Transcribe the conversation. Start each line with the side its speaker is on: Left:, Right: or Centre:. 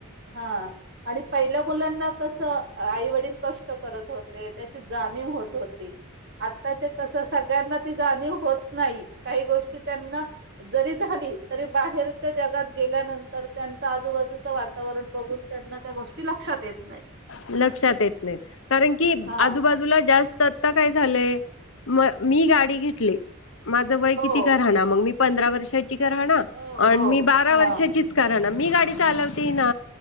Right: हा. आणि पहिल्या मुलांना कसं आई वडील कष्ट करत होते त्याची जाणीव होत होती. आत्ताच्या कस सगळ्यांना ती जाणीव होत नाही काही गोष्टी त्यांना जरी झाली तरी बाहेरच्या जगात गेल्यानंतर त्यांच आजूबाजूच वा वातावरण बघून त्यांना त्या गोष्टी लक्षात येत नाहीत.
Left: लक्षात येत नाहीत कारण की
Right: हा
Left: आजूबाजूला जास्त आता काय झालंय म मी गाडी घेतली माझं वय
Right: हो
Left: किती का राह ना मग मी पंधरा वर्षाची का राह ना
Right: हो
Left: आण
Right: हो
Left: मी बारा
Right: हा
Left: वर्षाचीच का रहा ना मी गाडी चालवतेय ना